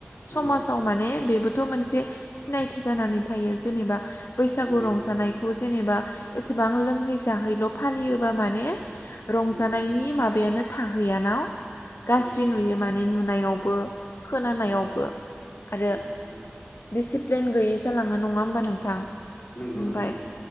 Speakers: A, on the left (about 75°); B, on the left (about 50°).
A: समाजाव
B: नंगौ
A: माने बेबो थ मोनसे सिनायथि जानानै थायो जेनेबा बैसागु
B: उम
A: रंजानायखौ जेनेबा एसेबां लोंहै जाहैल' फालियोबा माने रंजानायनि
B: उम
A: माबायानो थाहैयानाव गाज्रि
B: औ
A: नुयो माने नु नायावबो खोनानायावबो
B: उम
A: आरो
B: उम
A: दिसि प्लेन गैयि जालाङो नङा होमबा नोंथां
B: नंगौ
A: ओमफ्राय
B: नंगौ